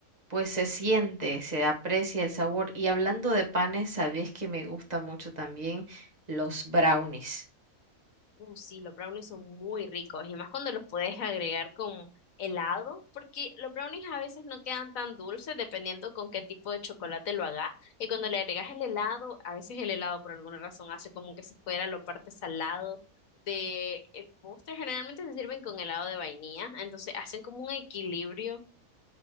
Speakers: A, on the right (about 30°); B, on the left (about 70°).
A: Pues se siente, se aprecia el sabor. Y hablando de panes, sabes que me gusta mucho también los brownies.
B: Uh, sí, los brownies son muy ricos y más cuando los puedes agregar con helado, porque los brownies a veces no quedan tan dulces dependiendo con qué tipo de chocolate lo hagas. Y cuando le agregas el helado, a veces el helado por alguna razón hace como que si fuera lo parte salado de el postre. Generalmente se sirven con helado de vainilla, entonces hacen como un equilibrio.